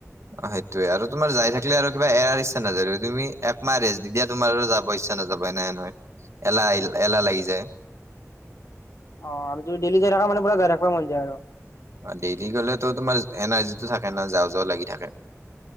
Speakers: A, on the right (about 60°); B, on the left (about 65°).
A: অ', সেইটোয়ে আৰু তোমাৰ যাই থাকিলে আৰু কিবা এৰাৰ ইচ্ছা নাযায়, তুমি একমাহ ৰেষ্ট দি দিয়া তোমাৰ পস্যা নাযাব নাই নহয়, এলাহ আহ, এলাহ লাগি যায়।
B: অ', আৰু ডেলি যাই থকা মানুহবোৰে <unintelligible>
A: ডেইলি গলেতো তোমাৰ এনাৰ্জিটো থাকে না, যাও যাও লাগি থাকে।